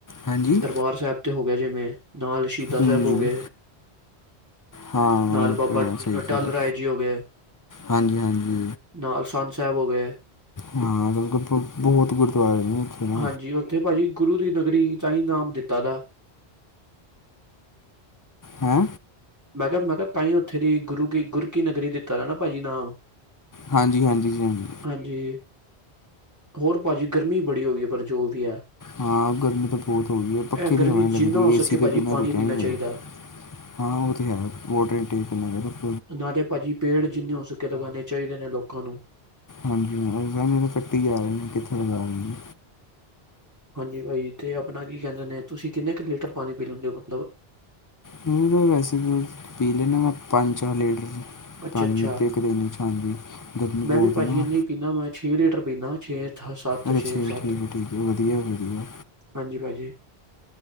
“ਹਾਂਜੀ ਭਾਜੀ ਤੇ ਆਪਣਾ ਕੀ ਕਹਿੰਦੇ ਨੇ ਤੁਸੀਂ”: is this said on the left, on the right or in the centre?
Right